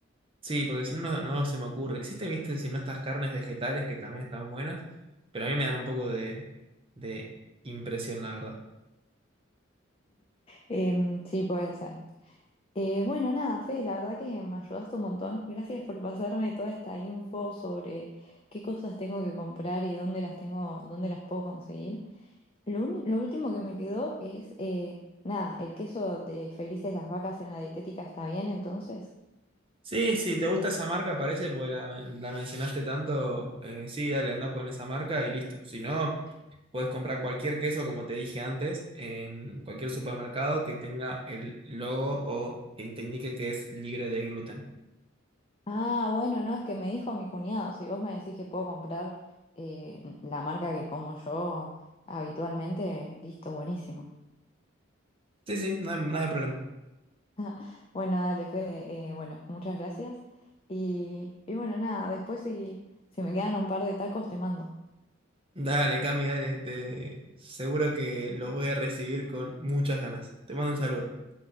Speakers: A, on the right; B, on the left.
A: sí, porque si no, no no se me ocurre. Existe, viste, si no, estas carnes vegetales que también están buenas, pero a mí me dan un poco de, de impresión, la verdad.
B: Em, sí, puede ser. Eh, bueno, nada, Fede, la verdad que me ayudaste un montón. Gracias por pasarme toda esta info sobre qué cosas tengo que comprar y dónde las tengo, dónde las puedo conseguir. Lo, uni- lo último que me quedó es, eh, nada, el queso de Felices las Vacas en la dietética está bien, entonces.
A: Sí, sí, te gusta esa marca, parece, porque la, la mencionaste tanto. eh, sí, dale, andá con esa marca y listo. Si no, puedes comprar cualquier queso, como te dije antes, en cualquier supermercado que tenga el logo o que te indique que es libre de gluten.
B: Ah, bueno, no, es que me dijo mi cuñado, si vos me decís que puedo comprar eh, la marca que como yo habitualmente, listo, buenísimo.
A: Sí, sí, nada, nada de problema.
B: <laughs> Bueno, dale, Fede. eh, bueno, muchas gracias. Y, y bueno, nada, después si, si me quedan un par de tacos, te mando.
A: Dale, Cami, dale. Te, seguro que los voy a recibir con muchas ganas. Te mando un saludo.